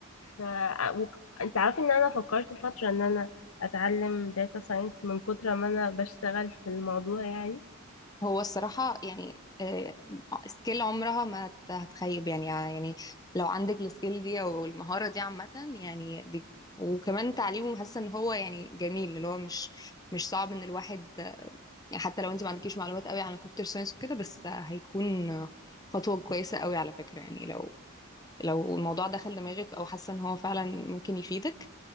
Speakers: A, on the left; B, on the left.
A: ف آه، وك- انت عارف ان انا فكرت فترة ان انا اتعلم داتا ساينس من كتر ما انا بشتغل في الموضوع يعني
B: هو الصراحه يعني آه، سكيل عمرها ما هت- هتخيب يعني آه، يعني لو عندك السكيل دي او المهاره دي عامه يعني دي وكمان تعليمه حاسه ان هو يعني جميل اللي هو مش مش صعب ان الواحد آه، يعني حتى لو انت ما عندكيش معلومات قوي عن الكمبيوتر ساينس وكده بس هيكون خطوه كويسه قوي على فكره يعني لو لو الموضوع دخل دماغك او حاسه ان هو فعلا ممكن يفيدك